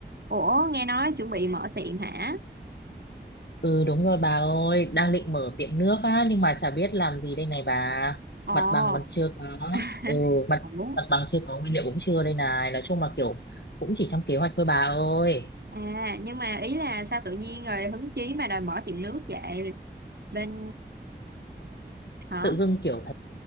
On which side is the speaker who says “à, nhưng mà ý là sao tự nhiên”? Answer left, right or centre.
Right